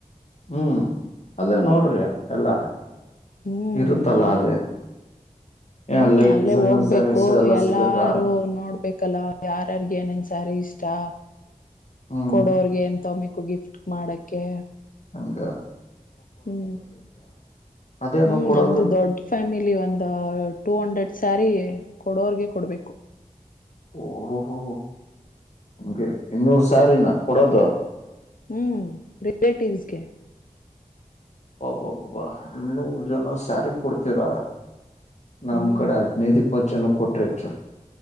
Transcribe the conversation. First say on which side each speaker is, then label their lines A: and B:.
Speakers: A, on the left (about 55°); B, on the left (about 80°).
A: ಹ್ಮ್ ಅಲ್ಲೇ ನೋಡ್ರಿ ಎಲ್ಲಾ
B: ಹ್ಮ್
A: ಇರುತ್ತಲ್ಲ
B: ಅಲ್ಲೇ
A: ಅಲ್ಲಿ
B: ಹ್ಮ್
A: ಏ
B: ಅಲ್ಲೇ
A: ಡಿಸೈನರ್
B: ಹೋಗ್ಬೇಕು
A: ಸ್ಯಾರೀಸ್ ಎಲ್ಲ
B: ಎಲ್ಲಾರು
A: ಸಿಗುತ್ತಾ
B: ನೋಡ್ಬೇಕಲ್ಲ ಯಾರ್ಯಾರ್ಗ ಏನನ್ ಸಾರಿ ಇಷ್ಟ <unintelligible> ಕತ್ತ
A: ಹ್ಮ್
B: <inaudible> ಕೊಡೋರ್ಗೆ ಎಂತ ಮೆ ಗಿಫ್ಟ್ ಮಾಡಕ್ಕೆ
A: ಅಂಗೆ
B: ಹ್ಮ್
A: ಅದೇನು
B: ಹ್ಮ್
A: ಕೊಡೋದು
B: ನಮ್ದು ದೊಡ್ಡ ಫ್ಯಾಮಿಲಿ ಒಂದು ಟೂ ಹಂಡ್ರೆಡ್ ಸಾರಿ ಕೊಡೋರ್ಗೆ ಕೊಡ್ಬೇಕು
A: ಓಹೋ ಓಹೋ ನಮ್ಗೆ ಇನ್ನೂರ್ ಸಾರೀನ ಕೊಡೋದು
B: ಹ್ಮ್ ರಿಲೇಟಿವ್ಸ್ಗೆ
A: ಅಬ್ಬಬ್ಬಾ ಅಬ್ಬಬ್ಬಾ ಇನ್ನೂರು ಜನ ಸ್ಯಾರಿ ಕೊಡ್ತೀರ, ನಮ್
B: ಹ್ಮ್
A: ಕಡೆ ಹದ್ನೈದ್ ಇಪ್ಪತ್ ಜನಕ್ ಕೊಟ್ರೆ ಹೆಚ್ಚು